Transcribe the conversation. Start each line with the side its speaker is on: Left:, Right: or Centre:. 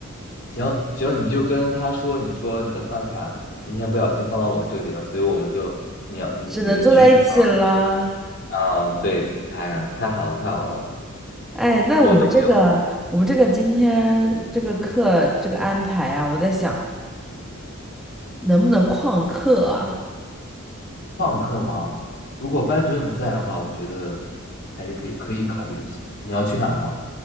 Left: 行行，你就跟他说，你说你的饭卡今天不小心放到我这里了，所以我们就你要你你们去食堂
Centre: 只能坐在一起啦。
Left: 啊，对，哎呀，太好了太好了，
Centre: 哎，那我们这个，
Left: 我都没有
Centre: 我们这个今天这个课这个安排啊，我在想能不能旷课啊？
Left: 旷课吗？如果班主任不在的话，我觉得还是可以可以考虑一下。你要去哪儿吗？